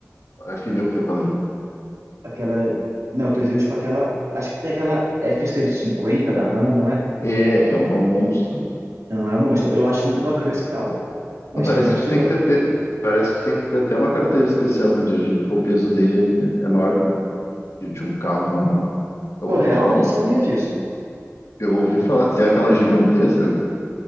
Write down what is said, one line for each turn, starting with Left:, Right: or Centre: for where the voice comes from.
Left: f mil que é caminhão.
Right: Aquela. Não, eu tô dizendo, tipo, aquela. Acho que tem aquela f cento e cinquenta da Ram, não é?
Left: É, que é um, é um monstro.
Right: Não, é um monstro. Eu acho muito bacana esse carro. Mas
Left: Não, parece
Right: tem muito,
Left: que tu
Right: tipo.
Left: tem que ter, ter- parece que tu tem que ter até uma carteira especial para dirigir, porque o peso dele é é maior que um, de um carro normal. Eu
Right: Pô,
Left: ouvi
Right: real?
Left: falar.
Right: Eu não sabia disso.
Left: Eu ouvi falar, se é aquela gigantesca,